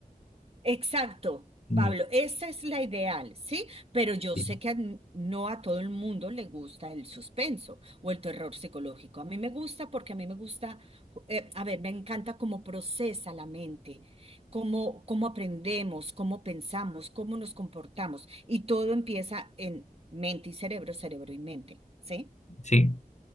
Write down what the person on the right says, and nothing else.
Exacto,
Pablo, esa es la ideal, ¿sí? Pero yo
sé que a n- no a todo el mundo le gusta el suspenso o el terror psicológico. A mí me gusta porque a mí me gusta, ju- eh, a ver, me encanta cómo procesa la mente, cómo, cómo aprendemos, cómo pensamos, cómo nos comportamos. Y todo empieza en mente y cerebro, cerebro y mente, ¿sí?